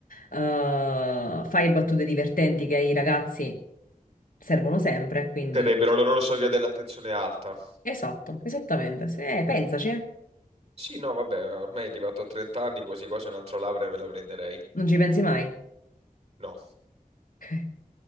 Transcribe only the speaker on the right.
Terrebbero la loro soglia dell'attenzione alta.
Sì, no, vabbè, ormai è arrivato a 30 anni, quasi quasi un'altra laurea me la prenderei.
No.